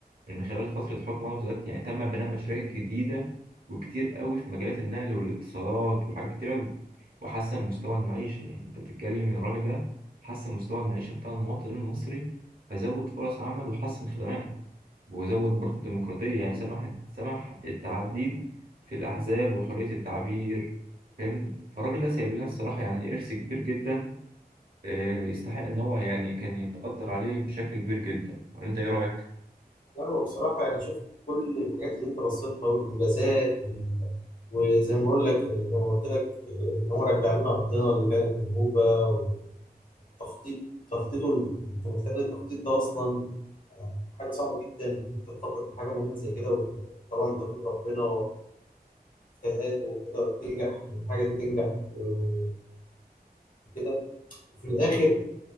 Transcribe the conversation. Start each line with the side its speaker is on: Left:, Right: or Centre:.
Right: من خلال فترة حكم أنور السادات يعني تم بناء مشاريع جديدة وكتير قوي في مجالات النقل والاتصالات وحاجات كتير قوي وحسن مستوى المعيشة يعني أنت بتتكلم إن الراجل ده حسن مستوى المعيشة بتاع المواطن المصري فزود فرص عمل وحسن خدمات وزود برضه الديمقراطية يعني سمح سمح التعديد في الأحزاب وحرية التعبير فاهمني فالراجل ده سايب لنا الصراحة يعني إرث كبير جدا آه، يستحق إن هو يعني كان يتقدر عليه بشكل كبير جدا أنت إيه رأيك؟
Left: لا هو بصراحة يعني شوف كل الحاجات اللي أنت رصيتها والإنجازات وال... وزي ما بقول لك زي ما قلت لك إن هو رجع لنا أرضنا اللي كانت منهوبة والتخطيط تخطيطه ال- أنت متخيل التخطيط ده أصلا حاجة صعبة جدا إن أنت تخطط لحاجة مهمة زي كده وطبعا بتوفيق ربنا واجتهاد وكده وتنجح الحاجة دي تنجح آه، وكده وفي الآخر